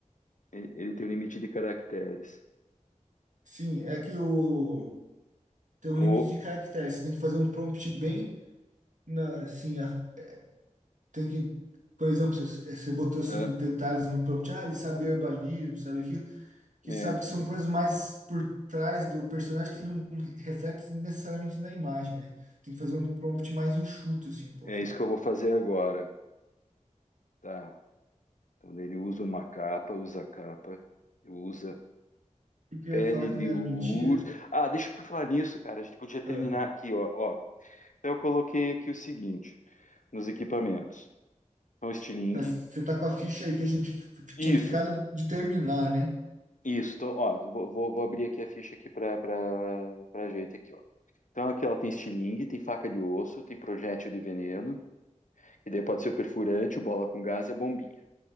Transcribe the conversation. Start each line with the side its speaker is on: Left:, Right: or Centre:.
Left: Ele, ele tem um limite de caracteres.
Right: Sim, é que o tem um limite
Left: Ou,
Right: de caracteres, você tem que fazer um prompt bem na, assim, a- Tem que, por exemplo, você você botou assim
Left: ah,
Right: detalhes no prompt, ah, ele sabe herbalismo, sabe aquilo, que
Left: é,
Right: sabe que são coisas mais por trás do personagem que não reflete necessariamente na imagem, né? Tem que fazer um prompt mais enxuto, assim, um pouquinho.
Left: é isso que eu vou fazer agora. Tá. Então daí ele usa uma capa, usa capa, usa
Right: E que
Left: pele
Right: eu ia falar que
Left: de
Right: não era
Left: urso.
Right: mentira.
Left: Ah, deixa eu falar nisso, cara. A gente podia terminar
Right: Ah,
Left: aqui, ó. ó. Então eu coloquei aqui o seguinte, nos equipamentos. Então, estilingue.
Right: tá, você tá com a ficha aí que a gente f-
Left: Isso,
Right: tinha ficado de terminar, né?
Left: Isso, então, ó, vou, vou- vou abrir aqui a ficha aqui para para gente aqui, ó. Então aqui ela tem estilingue, tem faca de osso, tem projétil de veneno, e daí pode ser o perfurante, o bola com gás e a bombinha